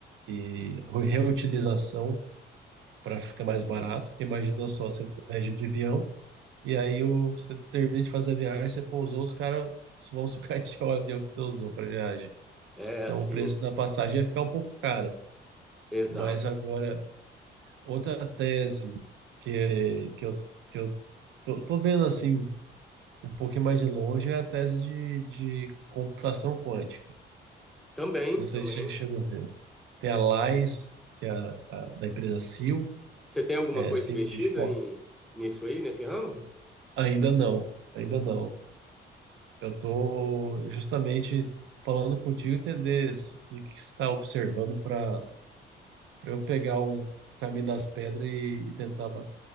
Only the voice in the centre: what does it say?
é
assim,
exato.
Também,
também.
Você tem alguma
coisa
investida
em, nisso aí, nesse ramo?
Ainda não.